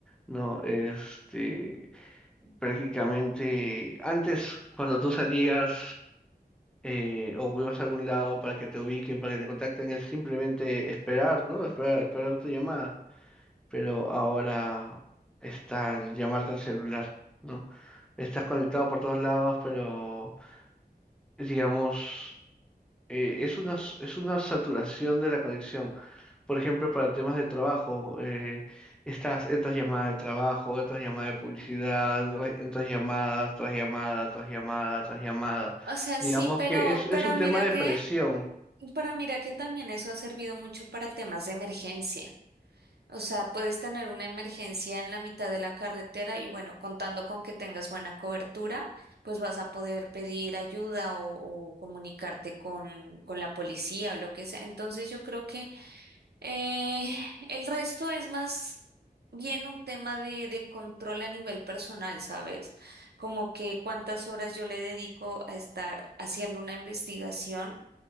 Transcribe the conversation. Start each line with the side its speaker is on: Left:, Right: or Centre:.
Centre: ¿no? Este, prácticamente antes cuando tú salías eh, o ibas a algún lado para que te ubiquen, para que te contacten, es simplemente esperar, ¿no? Esperar, esperar tu llamada, pero ahora está el llamarte al celular, ¿no? Estás conectado por todos lados, pero digamos eh, es una, s- es una saturación de la conexión. Por ejemplo, para temas de trabajo, eh, estas, estas llamadas de trabajo, estas llamadas de publicidad, re- estas llamadas tras llamada, tras llamada, tras llamada.
Right: O sea,
Centre: Digamos
Right: sí, pero,
Centre: que es, es
Right: pero
Centre: un
Right: mira
Centre: tema de
Right: que,
Centre: presión,
Right: pero mira que también eso ha servido mucho para temas de emergencia. O sea, puedes tener una emergencia en la mitad de la carretera y bueno, contando con que tengas buena cobertura, pues vas a poder pedir ayuda o, o comunicarte con, con la policía o lo que sea. Entonces yo creo que Eh, el resto es más bien un tema de, de control a nivel personal, ¿sabes? Como que cuántas horas yo le dedico a estar haciendo una investigación